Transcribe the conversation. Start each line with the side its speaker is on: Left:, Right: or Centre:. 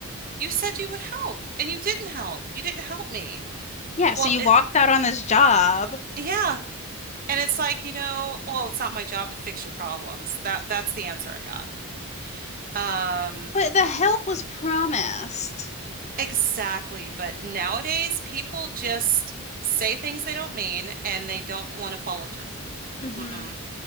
Right: You said you would help, and you didn't help. You didn't help me.
Left: Yeah,
Right: Well,
Left: so you
Right: it,
Left: locked out on this job,
Right: yeah. And it's like, you know, oh, it's not my job to fix your problems. That that's the answer I got. Um,
Left: but the help was promised.
Right: exactly. But nowadays people just say things they don't mean and they don't want to follow through.
Left: hmm
Right: Mm-mm.